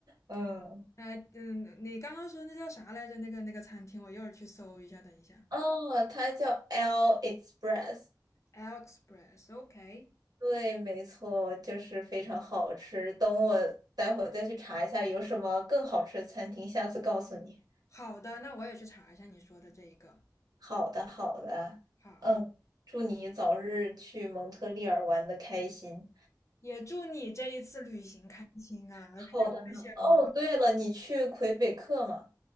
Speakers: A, on the right; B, on the left.
A: 嗯，
B: 哎，嗯，你刚刚说那叫啥来着？那个那个餐厅，我一会儿去搜一下。等一下
A: 哦，它叫 L Express，
B: ，AliExpress，OK，
A: 对，没错，就是非常好吃。等我待会儿再去查一下有什么更好吃的餐厅，下次告诉你。
B: 好的，那我也去查一下你说的这一个。
A: 好的，好的，
B: 好，
A: 嗯，祝你早日去蒙特利尔玩的开心。
B: 也祝你这一次旅行开心啊！太太羡慕了。
A: 好的呢。哦，对了，你去魁北克吗？